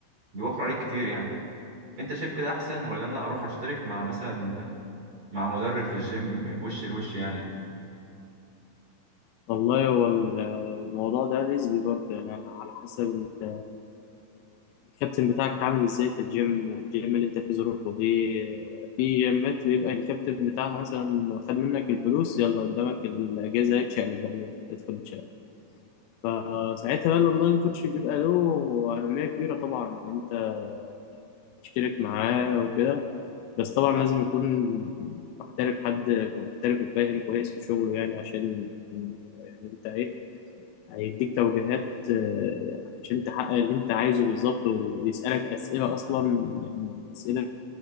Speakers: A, on the right; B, on the left.
A: بيوفر عليك كتير يعني انت شايف كده احسن ولا انا اروح اشترك مع مثلا مع مدرب في الجيم وش لوش يعني
B: والله هو ال- الموضوع ده نسبي برضه يعني انا على حسب انت الكابتن بتاعك عامل ازاي في الجيم الجيم اللي انت فيه ظروفه في في جيمات بيبقى الكابتن بتاعها مثلا خد منك الفلوس يلا قدامك الاجازه اتشقلب بقى ادخل اتشقلب فساعتها بقى الاونلاين كوتش بيبقى له اهميه كبيره طبعا يعني انت اشترك معاه وكده بس طبعا لازم يكون محترف حد محترف وفاهم كويس في شغله يعني عشان يعني انت ايه هيديك توجيهات آه، عشان تحقق اللي انت عايزه بالظبط وبيسألك أسئلة أصلا يعني أسئلة